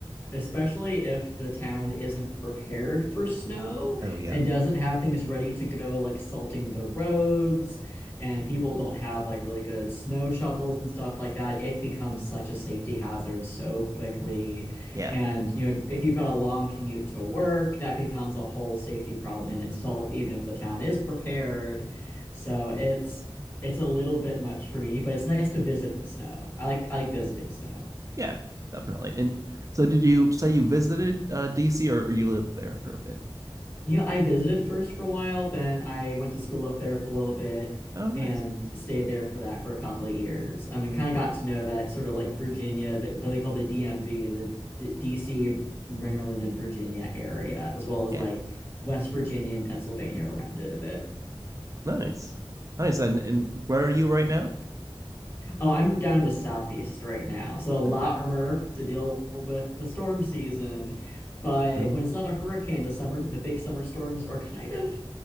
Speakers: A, on the left; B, on the right.
A: especially if the town isn't prepared for snow
B: Oh yeah,
A: and doesn't have things ready to go, like salting the roads, and people don't have like really good snow shovels and stuff like that, it becomes such a safety hazard so quickly.
B: yeah,
A: And, you know, if you've got a long commute to work, that becomes a whole safety problem in itself, even if the town is prepared. So it's it's a little bit much for me, but it's nice to visit the snow. I like I like visiting snow.
B: yeah, definitely. And so, did you say you visited uh, DC, or, or you lived there for a bit?
A: You know, I visited first for a while, then I went to school up there for a little bit
B: Oh, nice.
A: and stayed there for that for a couple of years. I mean, kind of got to know that sort of like Virginia, th- what they call the DMV, the D DC, Maryland, and Virginia area, as well as
B: Yeah,
A: like West Virginia and Pennsylvania around it a bit.
B: nice, nice. And and where are you right now?
A: Oh, I'm down in the southeast right now, so a lot
B: Okay.
A: warmer to deal with the storm season. But
B: Oh
A: when it's not a hurricane, the summer, the big summer storms are kind of